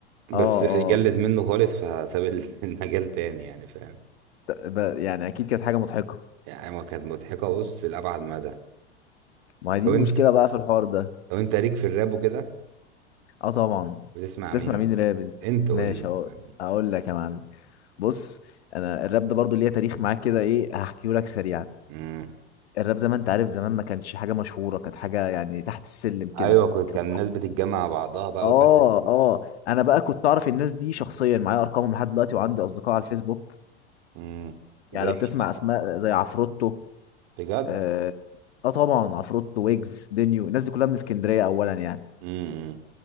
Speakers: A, on the right (about 55°); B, on the left (about 75°).
A: بس
B: اه
A: جلد
B: اه
A: منه خالص فساب ال- <laughs> المجال تاني يعني فاهم
B: ت- ب- يعني اكيد كانت حاجة مضحكة
A: يعني هو كانت مضحكه بص لابعد مدى
B: ما هي دي
A: لو
B: المشكلة
A: انت
B: بقى في الحوار ده
A: لو انت ليك في الراب وكده
B: اه طبعا
A: بتسمع
B: تسمع
A: مين
B: مين
A: مثلا
B: راب انت
A: انت قول
B: ماشي
A: لي انت
B: اهو
A: تسمع مين
B: اقول لك يا معلم بص انا الراب ده برضو ليا تاريخ معاك كده ايه هحكيه لك سريعا
A: امم
B: الراب زي ما انت عارف زمان ما كانش حاجة مشهورة كانت حاجة يعني تحت السلم كده
A: ايوه كنت
B: كان
A: كان الناس بتتجمع مع بعضها بقى
B: اه
A: وباتلز
B: اه انا بقى كنت اعرف الناس دي شخصيا معايا ارقامهم لحد دلوقتي وعندي اصدقاء على الفيسبوك
A: امم زي
B: يعني لو تسمع
A: مين مثلا
B: اسماء زي عفروتو
A: بجد
B: اه آه طبعا عفروتو ويجز دينيو الناس دي كلها من اسكندريه اولا يعني
A: امم